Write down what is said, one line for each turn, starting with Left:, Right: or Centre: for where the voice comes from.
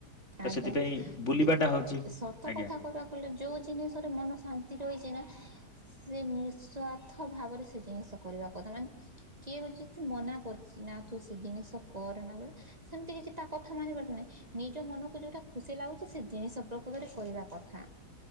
Left: ତ
Right: ଆଜ୍ଞା,
Left: ସେଥିପାଇଁ ବୁଲିବାଟା
Right: ଏ
Left: ହଉଛି
Right: ସତ
Left: ଆଜ୍ଞା
Right: କଥା କହିବାକୁ ବୋଲେ ଯୋଉ ଜିନିଷରେ ମନ ଶାନ୍ତି ରହିଛି ନା ସେ ନିଃସ୍ୱାର୍ଥ ଭାବରେ ସେ ଜିନିଷ କରିବା କଥା ମାନେ କିଏ ଗୋଟେ ଯଦି ତ ମନା କରୁଛି ନା ତୁ ସେ ଜିନିଷ କରନା ବଲେ ସେମିତି କିଛି ତା କଥା ମାନି ବାର ନାଇଁ ନିଜ ମନକୁ ତାଙ୍କୁ ଯୋଉଟା ଖୁସି ଲାଗୁଛି ସେ ଜିନିଷ ପ୍ରକୃତରେ କରିବା କଥା।